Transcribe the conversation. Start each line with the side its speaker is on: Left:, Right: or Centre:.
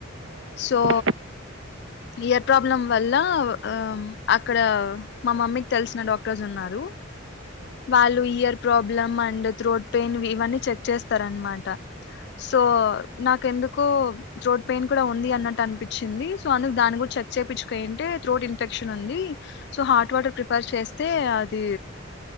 Right: అవునండి
Left: సో ఇయర్ ప్రాబ్లం వల్ల ఆ అక్కడ మా మమ్మీకి తెలిసిన డాక్టర్స్ ఉన్నారు
Right: ఉమ్,
Left: వాళ్ళు ear problem and throat pain ఇవన్నీ చెక్ చేస్తారన్మాట సో
Right: ఆ,
Left: నాక ఎందుకో త్రోట్ పెయిన్ కూడా ఉంది అన్నట్టు అనిపించింది సో అందుకు దాన్ని కూడా చెక్ చేపిచ్చుకో ఏంటే త్రోట్ ఇన్ఫెక్షన్ ఉంది సో హాట్ వాటర్ ప్రిఫర్ చేస్తే అది